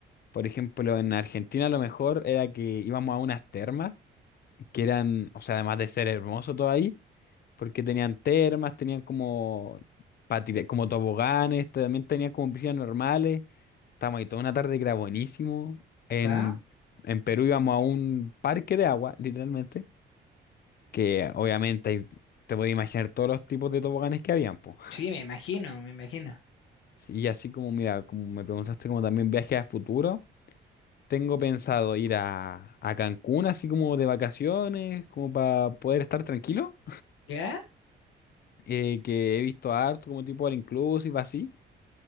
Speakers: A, on the left (about 50°); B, on the left (about 80°).
A: Por ejemplo, en Argentina lo mejor era que íbamos a unas termas, que eran, o sea, además de ser hermoso todo ahí, porque tenían termas, tenían como, patine- como toboganes, también tenían como piscinas normales. Estábamos ahí toda una tarde que era buenísimo. En,
B: ¿Ya?
A: en Perú íbamos a un parque de agua, literalmente que obviamente hay- te puedes imaginar todos los tipos de toboganes que habían, pues.
B: Sí, me imagino, me imagino.
A: Y así como, mira, como me preguntaste como también viajes a futuro, tengo pensado ir a, a Cancún así como de vacaciones, como para poder estar tranquilo,
B: ¿Ya?
A: eh, que he visto harto como tipo all inclusive así,